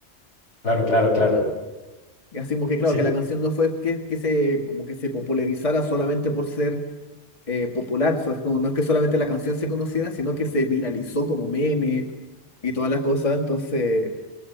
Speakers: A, on the left (about 80°); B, on the left (about 30°).
A: Claro, claro, claro.
B: Así como que claro,
A: Sí,
B: que la canción no fue que, que se como que se popularizara solamente por ser eh, popular. O sea, es como no es que solamente la canción se conociera, sino que se viralizó como meme y todas las cosas. Entonces,